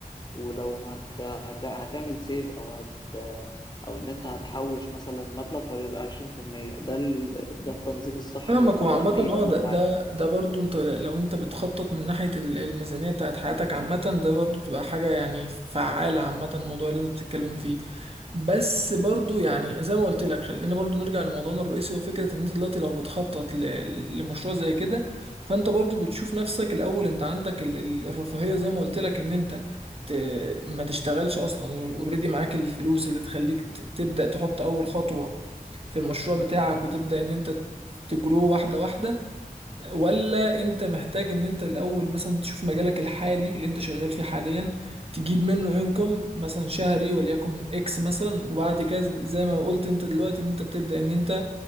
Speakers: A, on the left; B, on the right.
A: ولو هت هت هتعمل سيف او هت او ان انت هتحوش مثلا مبلغ فبيبقى 20% ده ال... ده التنظيم الصح
B: فاهمك
A: للمبلغ
B: وعامة
A: اي
B: اه
A: مبلغ
B: ده ده
A: معاك
B: ده برضو انت لو انت بتخطط من ناحية ال- الميزانية بتاعت حياتك عامة ده برضو بتبقى حاجة يعني فعالة عامة الموضوع اللي انت بتتكلم فيه بس برضو يعني زي ما قلت لك خلينا برضو نرجع لموضوعنا الرئيسي هو فكرة ان انت دلوقتي لو بتخطط ل- لمشروع زي كده فانت برضو بتشوف نفسك الاول انت عندك ال- ال- الرفاهية زي ما قلت لك ان انت ت- ما تشتغلش اصلا اوريدي معاك الفلوس اللي تخليك ت- تبدأ تحط اول خطوة في المشروع بتاعك وتبدأ ان انت تجرو واحدة واحدة ولا انت محتاج ان انت الاول مثلا تشوف مجالك الحالي اللي انت شغال فيه حاليا تجيب منه انكم مثلا شهري وليكن اكس مثلا وبعد كده زي ما قلت انت دلوقتي ان انت بتبدأ ان انت